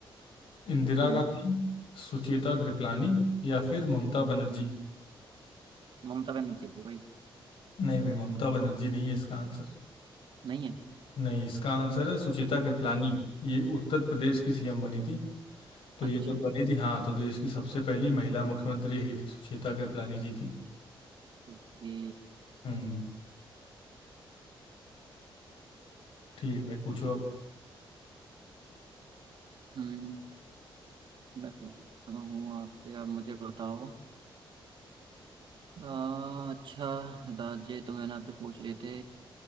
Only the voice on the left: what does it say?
इंदिरा
गांधी सुचेता कृपलानी या फिर ममता बनर्जी
नहीं भाई ममता बनर्जी नहीं है इसका आंसर
नहीं इसका आंसर है सुचिता कृपलानी ये उत्तर प्रदेश की सीएम बनी थी तो
ये जब बनी थी हाँ तो देश की सबसे पहली महिला मुख्यमंत्री यही थी सुचिता कृपलानी जी थी
हम्म ठीक है भाई पूछो अब